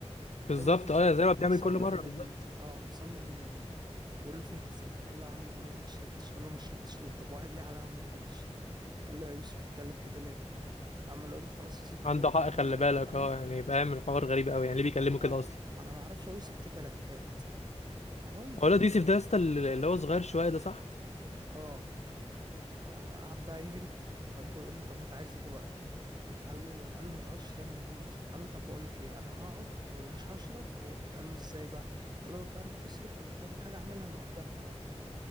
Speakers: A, on the right; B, on the left.
A: وده
B: بالظبط
A: مفيش
B: اه
A: م-
B: زي ما بتعمل
A: مصمم
B: كل مره
A: يناديه
B: بالظبط
A: اه مصمم يناديه بيقول له فين حسابك قال له يا عم بقول لك ما شربتش قال له ما شربتش ليه طب وقعد ليه على القهوه من غير ما تشرب قال له يا يوسف بتتكلم كده ليه انا عمال اقول له خلاص يوسف فيه
B: عنده
A: واحنا
B: حق
A: اول
B: خلي
A: مره نقعد
B: بالك
A: على القهوه
B: اه يعني فاهم الحوار غريب قوي يعني ليه بيكلمه
A: اه
B: كده اصلا
A: ما انا ما اعرفش هو يوسف كده لتات المهم
B: هو الواد يوسف ده يا اسطى اللي اللي هو صغير شويه ده صح
A: اه فقعد بقى يهري فبيكو يقول له طب انت عايز ايه دلوقتي قال له قال له ما تقعدش تاني من غير ما تشرب قال له طب بقول لك ايه انا هقعد ومش هشرب وكده قال له ازاي بقى قال له لو تعرف تصرف ولا تعمل حاجه اعملها انا قدامك اهو